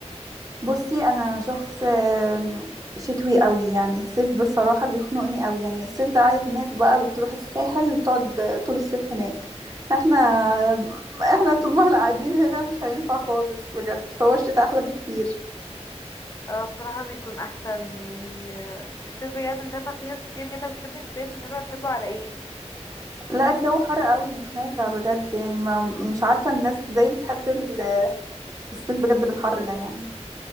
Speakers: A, on the right (about 30°); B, on the left (about 30°).
A: بصي انا شخص آم، شتوي قوي يعني الصيف بصراحة بيخنقني قوي يعني الصيف ده عايز ناس بقى بتروح الساحل تقعد طول الصيف هناك احنا احنا طول ما احنا قاعدين هنا مش هينفع خالص بجد فهو الشتاء احلى بكتير
B: آه بصراحه بيكون احسن يعني آه الصيف بجد مش عارفه في ناس كتير جدا بتحب الصيف مش عارفه تحبه على ايه
A: لا الجو حر قوي مش نافع بجد يعني ما مش عارفة الناس ازاي بتحب ال- الصيف بجد بالحر ده يعني